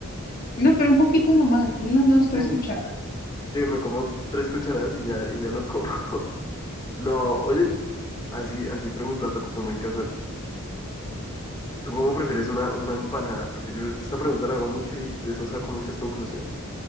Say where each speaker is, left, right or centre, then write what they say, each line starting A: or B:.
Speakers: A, on the left; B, on the left.
A: No, pero un poquito nomás, unas dos, tres
B: Sí,
A: cucharadas.
B: sí, me como tres cucharadas y ya, y ya no como. <laughs> No, oye, así, así preguntando como muy casual. ¿Tú cómo prefieres una, una empanada? Porque yo, yo esta pregunta la hago mucho y de eso saco muchas conclusiones.